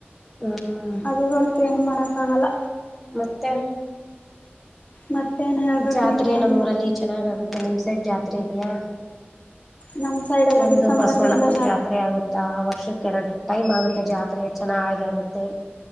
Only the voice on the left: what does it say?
ಅದು ಹೊರತು ಏನು ಮಾಡಕ್ಕ ಆಗಲ್ಲ
ಮತ್ತೇನ್ ಹೇಳ್ಬೇಕಕ್
ನಿವೆ
ಎಲ್ಲ
ನಮ್ ಸೈಡ್ ಎಲ್ಲ
ಡಿಸೆಂಬರ್ಗೆ
ಎಲ್ಲಾ